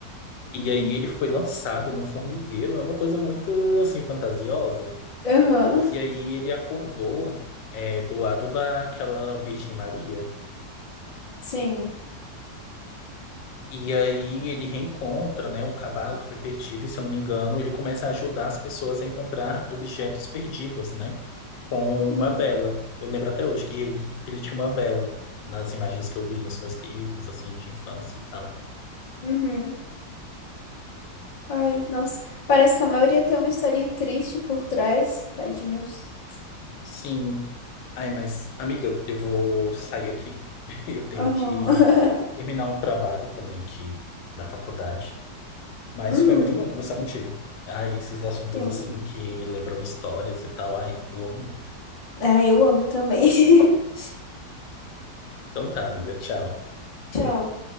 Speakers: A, on the left; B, on the left.
A: E
B: Uhum.
A: aí ele foi lançado no formigueiro. É uma coisa muito, assim, fantasiosa.
B: Aham.
A: E aí ele acordou, eh, do lado daquela Virgem Maria.
B: Sim.
A: E aí ele reencontra, né, o cavalo que foi perdido, e se eu não me engano, ele começa a ajudar as pessoas a encontrar objetos perdidos, né, com
B: Uhum.
A: uma vela. Eu lembro até hoje que ele, ele tinha uma vela nas imagens que eu vi nos meus livros, assim, de infância e tal.
B: Uhum. Ai, nossa. Parece que a maioria tem uma historinha triste por trás. Tadinhos.
A: Sim. Ai, mas, amiga, eu vou sair aqui. <laughs> Eu tenho
B: Aham.
A: que
B: <laughs>
A: terminar um trabalho também aqui da faculdade. Mas
B: Uhum.
A: foi muito bom conversar contigo. Ai, esses assuntos,
B: Sim.
A: assim, que lembram histórias e tal. Ai, eu amo muito.
B: Ah, eu amo também. <laughs>
A: Então tá, amiga. Tchau.
B: Tchau.